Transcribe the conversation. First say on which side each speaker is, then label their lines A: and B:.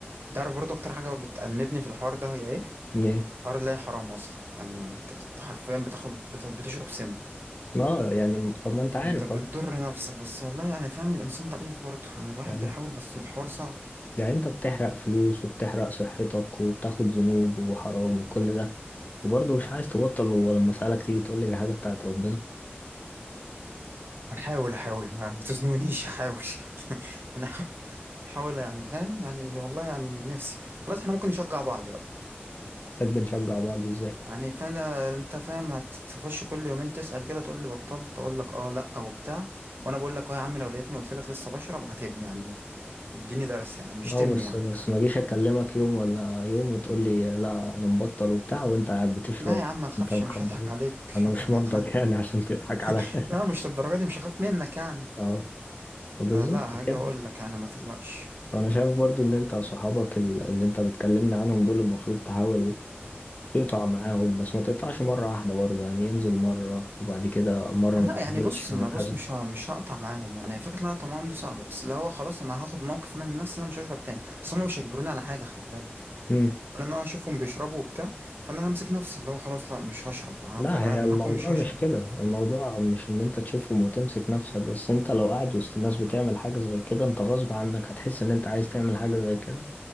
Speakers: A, on the right; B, on the left.
A: انت عارف برضه اكتر حاجه بتأنبني في الحوار ده هي ايه
B: ليه؟
A: حوار اللي هي حرام اصلا يعني انت بت- حرفيا بتاخد بت- بتشرب سم
B: اه يعني طب ما انت عارف
A: انت بتضر
B: اهو
A: نفسك بس والله يعني فاهم الانسان ضعيف برضه يعني الواحد
B: يعني
A: بيحاول بس الحوار صعب
B: يعني انت بتحرق فلوس وبتحرق صحتك وبتاخد ذنوب وحرام وكل ده وبرضه مش عايز تبطل ولما اسألك تيجي تقول لي دي حاجة بتاعت ربنا
A: هنحاول احاول ما ما تزنونيش احاول <laughs> انا احاول يعني فاهم يعني والله يعني نفسي خلاص احنا ممكن نشجع بعض بقى.
B: <laughs> بنشجع بعض ازاي
A: يعني فانا انت فاهم هتخش كل يومين تسأل كده تقول لي بطلت اقول لك اه لا او بتاع وانا بقول لك اه يا عم لو لقيتني قلت لك لسه بشرب هتبني يعني اديني درس يا عم شتمني
B: اه بس
A: يا عم
B: بس ما جيش اكلمك يوم ولا يوم وتقول لي لا انا مبطل وبتاع وانت قاعد بتشرب
A: لا يا عم ما تخافش
B: انت مخبي
A: مش هضحك
B: عليا
A: عليك مش
B: انا
A: هضحك
B: مش منطق
A: هتخاف
B: <laughs> يعني عشان تضحك عليا
A: <laughs> لا مش للدرجه دي مش هخاف منك يعني
B: <laughs> اه بالظبط
A: فلا هاجي
B: كده
A: اقول لك يعني ما تقلقش
B: انا شايف برضو ان انت صحابك ال- اللي انت بتكلمني عنهم دول المفروض تحاول تقطع معاهم بس ما تقطعش مرة واحدة برضو يعني ينزل مرة وبعد كده مرة
A: لا
B: ما تنزلش
A: يعني بص
B: وهكذا
A: ما بص مش ه- مش هقطع معاهم يعني فكره ان انا اقطع معاهم دي صعبه بس اللي هو خلاص انا هاخد موقف انا من نفسي ان انا مش هشرب تاني اصل هم مش هيجبروني على حاجه خلي بالك
B: مم.
A: انا أنا اشوفهم بيشربوا وبتاع فانا همسك نفسي اللي هو خلاص لا مش هشرب هفضل
B: لا
A: قاعد
B: هي
A: معاكم
B: الموضوع
A: مش هشرب
B: مش كده الموضوع مش ان انت تشوفهم وتمسك نفسك بس انت لو قاعد وسط الناس بتعمل حاجة زي كده انت غصب عنك هتحس ان انت عايز تعمل حاجة زي كده